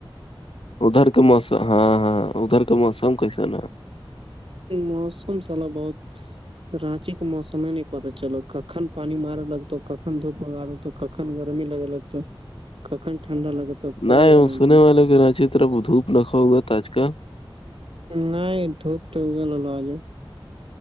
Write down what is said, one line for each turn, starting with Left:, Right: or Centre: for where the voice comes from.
Left: ادھر کا موسم ہاں ہاں ادھر کا موسم کیسے نا
Right: موسم سالا بہت رانچی کا موسم یں نہیں پتا چلو کن پانی مارے لگتا کن دھپ لگا دی ک گ گرمی لگے ل تو کخن ٹنڈا لگے تو کوئی
Left: نہیں
Right: گارٹی
Left: سنے
Right: نہیں
Left: والے کراچی طرف دھوپ رکھا ہوا تھا آج کل
Right: نہیں دھوپ تو گل ل آج